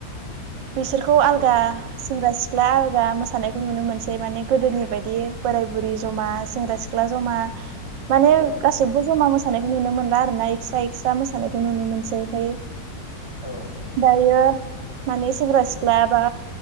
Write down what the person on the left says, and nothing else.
औ नोंथां
औ नोंथां
औ नोंथां औ नोंथां